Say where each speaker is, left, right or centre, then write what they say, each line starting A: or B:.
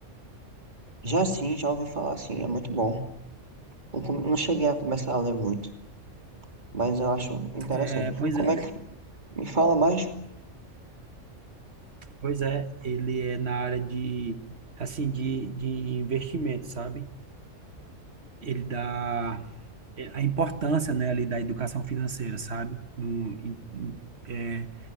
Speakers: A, on the right (about 35°); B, on the right (about 55°).
A: Já sim, já ouvi falar assim, é muito bom. Não, come- não cheguei a começar a ler muito, mas eu acho interessante.
B: É, pois
A: Como
B: é,
A: é que me fala mais?
B: pois é, ele é na área de assim de, de investimento, sabe? Ele dá é, a importância, né, ali da educação financeira, sabe? No, em- em- é,